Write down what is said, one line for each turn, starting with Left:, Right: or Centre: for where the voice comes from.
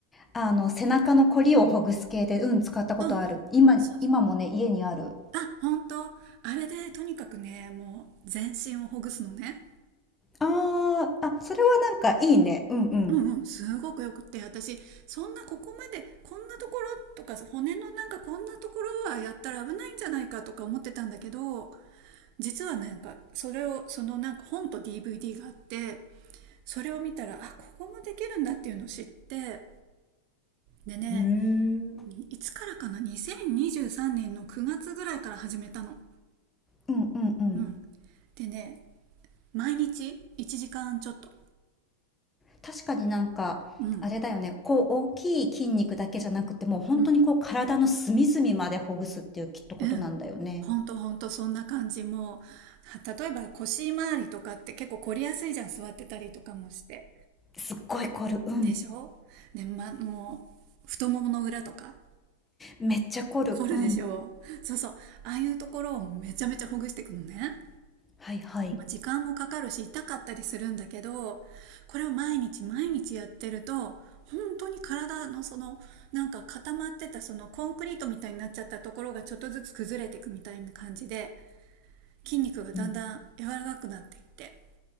Left: あの、背中のコリをほぐす系で、うん、使ったことある。
Right: うんうん。
Left: 今、
Right: そうです。
Left: 今もね、家にある。
Right: あ、本当あれでとにかくね、もう全身をほぐすのね。
Left: ああ、あ、それはなんかいいね。うん
Right: うんうんうん、すごくよくって私そんなここまでこんなところとか骨のなんかこんなところはやったら危ないんじゃないかとか思ってたんだけど実はなんかそれをそのなんか本と DVD があってそれを見たらあここもできるんだっていうのを知ってでね
Left: うん。へえ。
Right: いつからかな2023年の9月ぐらいから始めたの。
Left: うんうんうん。
Right: うん、でね毎日1時間ちょっと。
Left: 確かになんか、
Right: うん
Left: あれだよね。こう、大きい筋肉だけじゃなくて、もう本当にこう、
Right: うん、
Left: 体の隅々までほぐすっていうきっとことなんだよね。
Right: うん。ほんとほんとそんな感じ。もう、例えば腰回りとかって結構凝りやすいじゃん、座ってたりとかもして。
Left: すっごい凝る。うん。
Right: でしょで、ま、もう、太ももの裏とか、
Left: めっちゃ凝る。
Right: 凝るでしょそうそう。
Left: うん。
Right: ああいうところをめちゃめちゃほぐしていくのね。
Left: はいはい。
Right: まあ時間もかかるし、痛かったりするんだけど、これを毎日毎日やってると、本当に体のそのなんか固まってたそのコンクリートみたいになっちゃったところがちょっとずつ崩れていくみたいな感じで筋肉がだんだん柔らかくなってきて。
Left: うん